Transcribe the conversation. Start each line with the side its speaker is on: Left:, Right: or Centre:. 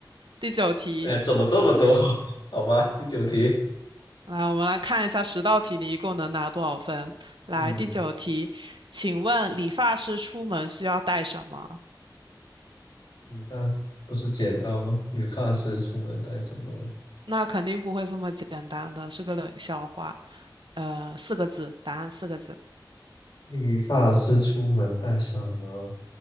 Right: 第九题，
Left: 哎，怎么这么多？<laughs> 好吧，第九题，
Right: 来，我们来看一下十道题，你一共能拿多少分？来，
Left: 嗯，
Right: 第九题，请问理发师出门需要带什么？
Left: 理发不是剪刀吗？理发师出门带什么？
Right: 那肯定不会这么简单的，是个冷笑话。呃，四个字，答案四个字。
Left: 理发师出门带什么？